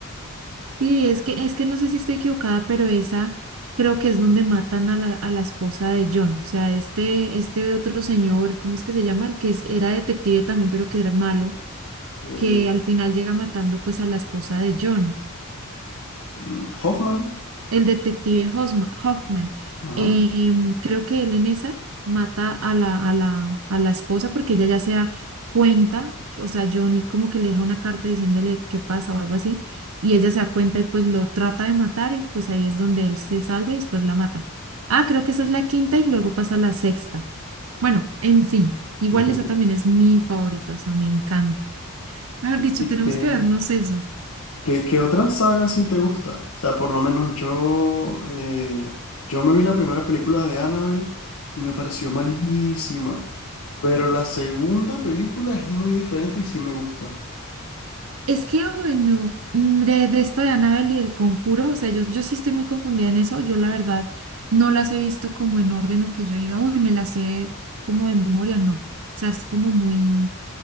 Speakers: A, on the right; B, on the left.
A: Sí, es que, es que no sé si estoy equivocada, pero esa creo que es donde matan a la, a la esposa de John. O sea, este, este otro señor, ¿cómo es que se llama? El que es- era detective también, pero que era malo,
B: Eh,
A: que al final llega matando pues a la esposa de John.
B: Mm, Hoffman,
A: el detective Hosma- Hoffman.
B: ajá.
A: em, creo que él en esa mata a la, a la, a la esposa porque ella ya se da cuenta, o sea, John como que le deja una carta diciéndole qué pasa o algo así, y ella se da cuenta y pues lo trata de matar y pues ahí es donde él se salva y después la mata. Ah, creo que esa es la quinta y luego pasa la sexta. Bueno, en fin, igual
B: <laughs>
A: esa también es mi favorita, o sea, me encanta. Mejor dicho,
B: ¿Y
A: tenemos
B: qué,
A: que vernos esos.
B: qué, qué otra saga sí te gusta? O sea, por lo menos yo, eh, yo me vi la primera película de Annabelle y me pareció malísima, pero la segunda película es muy diferente y sí me gusta.
A: Es que, bueno, mm, de, de esto de Annabelle y el conjuro, o sea, yo, yo sí estoy muy confundida en eso. Yo, la verdad, no las he visto como en orden o que yo diga, uy, me las sé como de memoria, no. O sea, es como muy.